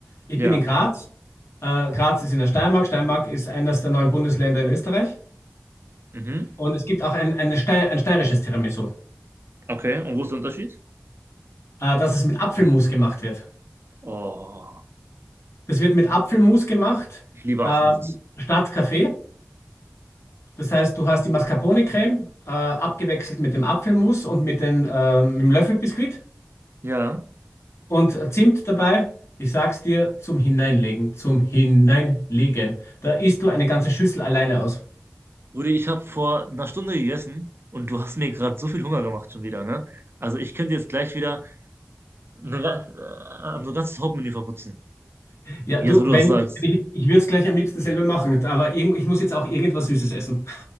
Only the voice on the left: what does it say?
Ich
bin in Graz. Äh, Graz ist in der Steiermark. Steiermark ist eines der neun Bundesländer in Österreich.
Und es gibt auch ein, eine Stei- ein steirisches Tiramisu.
äh, dass es mit Apfelmus gemacht wird.
Das wird mit Apfelmus gemacht,
ähm,
statt Kaffee. Das heißt, du hast die Mascarpone-Creme äh, abgewechselt mit dem Apfelmus und mit, den, ähm, mit dem Löffelbiskuit
und Zimt dabei. Ich sag's dir, zum Hineinlegen, zum Hineinlegen. Da isst du eine ganze Schüssel alleine aus.
Ja,
du,
wenn
ich,
ich würde es gleich am liebsten selber machen, aber irgend- ich muss jetzt auch irgendwas Süßes essen.